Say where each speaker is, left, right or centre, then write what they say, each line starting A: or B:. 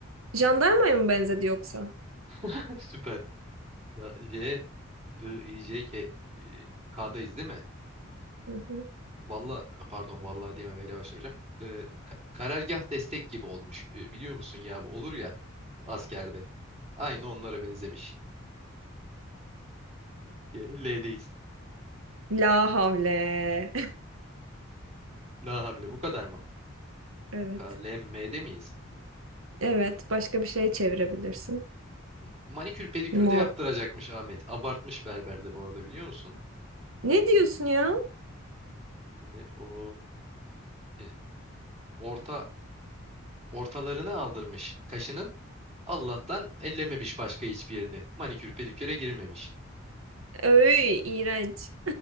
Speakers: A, on the right; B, on the right.
A: Jandarmaya mı benzedi yoksa?
B: <laughs> Süper. Ya J, I, I, J, K, e, K'dayız değil mi?
A: Hı hı.
B: Valla pardon vallahi diyemem öyle başlamayacağım. Ee, ka- karargah destek gibi olmuş. Ee, biliyor musun ya bu olur ya askerde. Aynı onlara benzemiş. Ee, L'deyiz.
A: La havle. <laughs>
B: La havle bu kadar mı?
A: Evet.
B: KLM'de miyiz?
A: Evet. Başka bir şey çevirebilirsin.
B: M- Manikür pedikür
A: Mob.
B: de yaptıracakmış Ahmet. Abartmış berber de bu arada biliyor musun?
A: Ne diyorsun ya?
B: Yani o e, orta ortalarını aldırmış kaşının. Allah'tan ellememiş başka hiçbir yerini. Manikür pediküre girmemiş.
A: Öy, iğrenç.